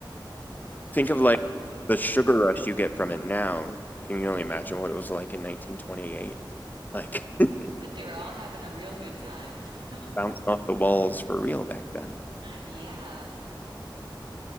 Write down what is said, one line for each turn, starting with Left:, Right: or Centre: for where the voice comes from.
Left: Think of like the sugar rush you get from it now. Can you only imagine what it was like in 1928? Like <laughs>
Right: But they were all having a real good time. <laughs>
Left: bounced off the walls for real back then.
Right: Yeah.